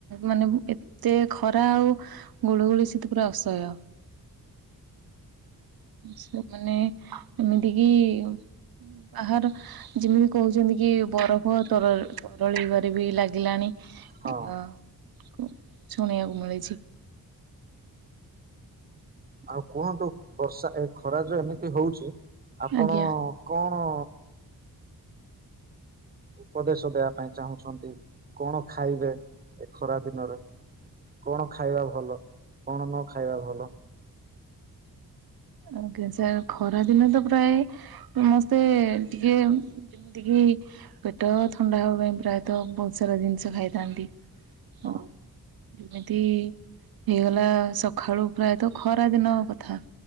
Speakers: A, on the right; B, on the right.
A: ମାନେ ଏ ସେେ ଖରା ଆଉ ଗୁଳୁ ଗୋଳି ସେତ ପୁରା ଅସହ୍ୟ। ସେମାନେ ଏମିତି କିି ଆ। ଯେମିତି କହୁଛନ୍ତି କି ବରଫ ତର ତରଳିବାରେ ବି ଲାଗିଲାଣି। ଆ
B: ହଁ।
A: କୁ ଶୁଣିବାକୁୁ ମିଳି।
B: ଆଉ କୁହନ୍ତୁ ବର୍ଷା ଏ ଖରା ଜ ଏମିତି ହଉଛି ଆପଣ
A: ଆଜ୍ଞା
B: କଣ ଉପଦେଶ ଦେବା ପାଇଁ ଚାହୁଁଛନ୍ତି କଣ ଖାଇବେ ଏ ଖରା ଦିନରେ। କଣ ଖାଇବା ଭଲ କଣ ନ ଖାଇବା ଭଲ।
A: ଆ ଗ ସାର୍ ଖରା ଦିନେ ତ ପ୍ରାୟ ସମସ୍ତେ ଟିକେ ଯେମିତିକି ପେଟ ଥଣ୍ଡା ହେବା ପାଇଁ ପ୍ରାୟତଃ ବହୁତ ସାରା ଜିନିଷ ଖାଇଥାନ୍ତି।
B: ହଁ
A: ଯେମିତି ହେଇଗଲା ସକାଳୁ ପ୍ରାୟତଃ ଖରାଦିନ କଥା।